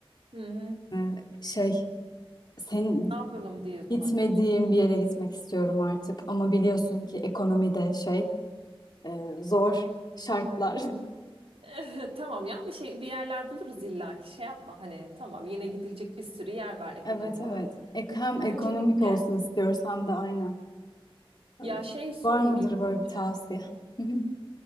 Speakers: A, on the right; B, on the left.
A: Hı hı.
B: Ee, şey, sen
A: Ne yapalım diyorsun?
B: gitmediğim bir yere gitmek istiyorum artık ama biliyorsun ki ekonomi de şey e, zor şartlar. <laughs>
A: <laughs> Tamam ya bir şey bir yerler buluruz illaki şey yapma hani tamam yine gidilecek bir sürü yer var ekonomik
B: Evet evet.
A: olarak.
B: Ek hem ekonomik
A: Öncelikle
B: olsun istiyoruz hem de aynen. Ee,
A: ya şey sorayım
B: Var mıdır
A: ilk önce.
B: böyle bir tavsiye? Hı hı,